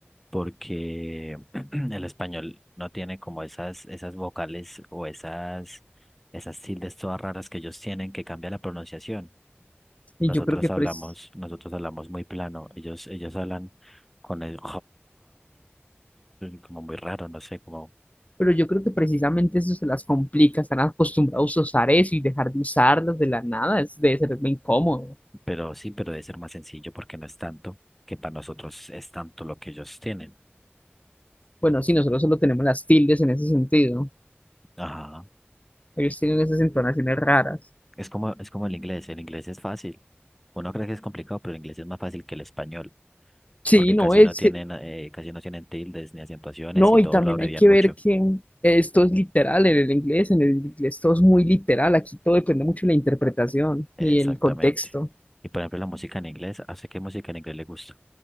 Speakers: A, in the centre; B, on the left.
A: porque <clears throat> el español no tiene como esas, esas vocales o esas, esas tildes todas raras que ellos tienen que cambia la pronunciación.
B: y
A: Nosotros
B: yo creo que
A: hablamos,
B: pres-
A: nosotros hablamos muy plano, ellos, ellos hablan con el <laughs> como muy raro, no sé, como,
B: pero yo creo que precisamente eso se las complica, están acostumbrados a usar eso y dejar de usarlas de la nada, es, debe ser muy incómodo.
A: pero sí, pero debe ser más sencillo porque no es tanto, que para nosotros es tanto lo que ellos tienen.
B: Bueno, sí, nosotros solo tenemos las tildes en ese sentido, ¿no?
A: Ajá.
B: ellos tienen esas entonaciones raras.
A: Es como, es como el inglés, el inglés es fácil. Uno cree que es complicado, pero el inglés es más fácil que el español.
B: Sí,
A: porque
B: no,
A: casi
B: es,
A: no tienen, eh, casi no tienen tildes ni acentuaciones
B: No,
A: y
B: y
A: todo
B: también
A: lo abrevian
B: hay que
A: mucho.
B: ver que mm, esto es literal en el inglés, en el inglés todo es muy literal, aquí todo depende mucho de la interpretación
A: Exactamente.
B: y el contexto.
A: Y por ejemplo, la música en inglés, ¿a usted qué música en inglés le gusta?